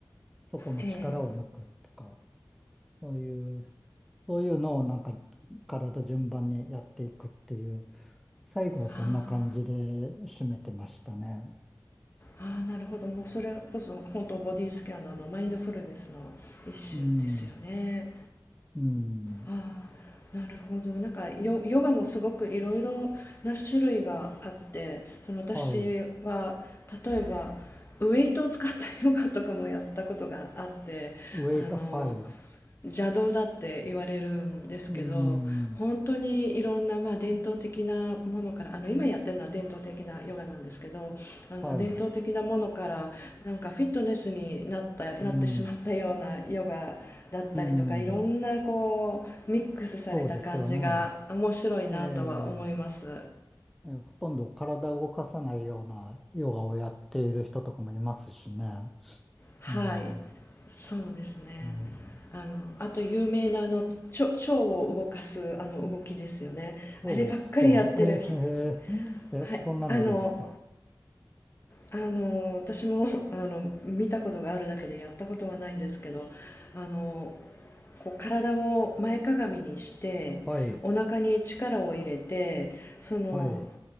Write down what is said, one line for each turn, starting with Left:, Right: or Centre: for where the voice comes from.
Centre: そこの力を抜くとか、
Left: ええ。
Centre: そういう、そういうのをなんか体順番にやっていくっていう、最後はそんな感じで
Left: あ
Centre: 締めてましたね。
Left: あ、ああ、なるほど。もうそれこそ本当ボディスキャナーのマインドフルネスの一種ですよね。
Centre: うん、うん、
Left: ああ、なるほど。なんかヨ、ヨガもすごくいろいろな種類があって、その私は
Centre: はい。
Left: 例えばウェイトを使ったヨガとかもやったことがあって、
Centre: ウェイト、
Left: あの
Centre: はい。
Left: 邪道だって言われるんですけど本当にいろんな、
Centre: うん、
Left: まあ、伝統的なものからあの今やってるのは伝統的なヨガなんですけどあの伝統的なものからなんかフィットネスになったなってしまったようなヨガだったりとかいろんなこうミックスされた感じが面白いなとは思います。
Centre: はい。うん、うん、そうですよね。えええーほとんど体を動かさないようなヨガをやっている人とかもいますしね。
Left: はい、
Centre: うん、
Left: そうですね。
Centre: ね
Left: あの、あと有名なあの腸、腸を動かすあの動きですよね。
Centre: 超こう、
Left: あればっかりやってるひ
Centre: え、えー、え、
Left: はい、
Centre: そんなのあるんですか。
Left: あのあの、私も <laughs>、あの、見たことがあるだけでやったことはないんですけど、あの、こう体を前かがみにして、
Centre: はい、
Left: お腹に力を入れて、その、
Centre: はい、